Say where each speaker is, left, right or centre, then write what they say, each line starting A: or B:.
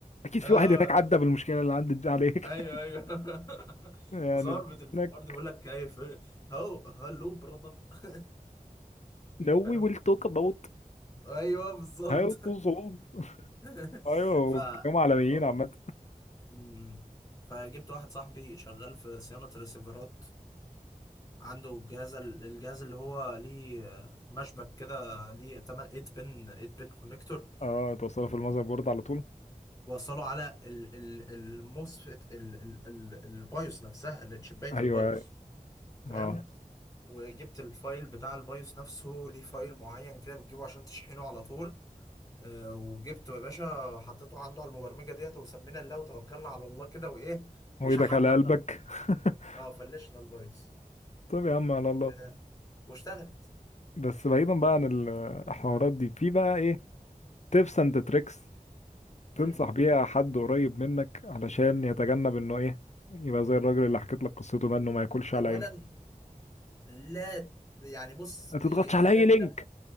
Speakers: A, on the left (about 55°); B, on the left (about 25°).
A: اكيد في
B: آه
A: واحد هناك عدى بالمشكله اللي عدت دي عليك
B: ايوه
A: <laughs>
B: ايوه <laughs>
A: يعني
B: مصور بتليفون
A: هناك
B: ارضي بيقول لك كيف ايه هو هلو براذر <laughs>
A: No, we
B: فاهم
A: will talk about
B: ايوه بالظبط
A: هيوصلوا صعود
B: <laughs>
A: ايوه
B: ف
A: هم عالميين
B: هو-
A: عامة
B: مم. فجبت واحد صاحبي شغال في صيانة ريسيفرات عنده الجهاز الجهاز اللي هو ليه آه، مشبك كده ليه 8 8 بن 8 بن كونكتور
A: اه توصلوا في المذر بورد على طول
B: وصله على ال- ال- الموسفيت ال- ال- ال- البايوس نفسها اللي تشبيت
A: ايوه
B: البايوس
A: أيوة.
B: فاهم
A: اه
B: وجبت الفايل بتاع البايوس نفسه ليه فايل معين كده بتجيبه عشان تشحنه على طول آه، وجبته يا باشا حطيته عنده على المبرمجه ديت وسمينا الله وتوكلنا على الله كده وايه
A: وايدك
B: وشحنا
A: على
B: البايوس
A: قلبك <laughs>
B: اه فلشنا البايوس
A: طب يا عم على الله
B: و- واشتغلت
A: بس بعيدا بقى عن الحوارات دي في بقى ايه تيبس اند تريكس تنصح
B: مم.
A: بيها حد قريب منك علشان يتجنب انه ايه يبقى زي الراجل اللي حكيت لك قصته ده انه ما ياكلش على
B: اولا
A: عينه
B: لا يعني بص
A: ما تضغطش على
B: تجنب
A: اي لينك